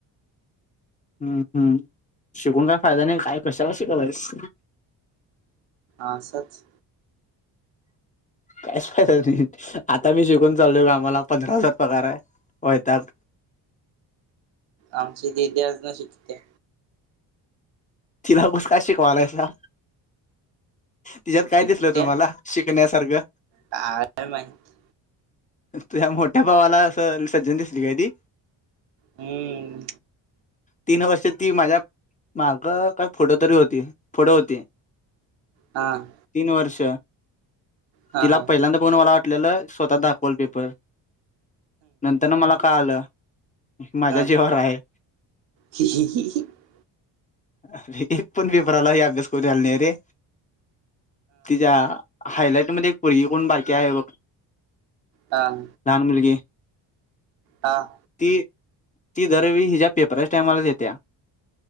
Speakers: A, on the left; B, on the right.
A: हम्म, हम्म,, शिकून काय फायदा नाही, काय कशाला शिकायलायस?
B: आसच.
A: काहीच फायदाच नाही,, आता मी शिकून चालोलय कामाला, पंधरा हजार पगार आहे. होय त्याक.
B: आमची दिदि आजुन शिकत्या.
A: तिला मस का शिकवालायसा? तिच्यात काय
B: शिकत्या
A: दिसल तुम्हारा? शिकण्यासारखं.
B: काय माहीत?
A: तुझ्या मोठ्या भावाला असं, सज्जन दिसली काय ती,?
B: हम्म
A: तीन वर्ष ती माझ्या माग काय, फुड तरी होती, फुड होती.
B: हां
A: तीन वर्ष
B: हा
A: तिला
B: हा
A: पहिल्यांदा बघून मला वाटलेलं, स्वतः दाखव वॉलपेपर नंतर ना मला काय कळालं माझ्या
B: हम्म
A: जिवावर हाय.
B: हा
A: अरे एक पण पेपारला ही अभ्यास करून आला नाही रे तिच्या हायलाइट मध्ये एक पोरगी कोण बाारकी आहे बघ,
B: हां,
A: लहान मुलगी.
B: हां,
A: ती, ती दरवेळी हिच्या्, पेपरच्या टाइमालाच येत्या.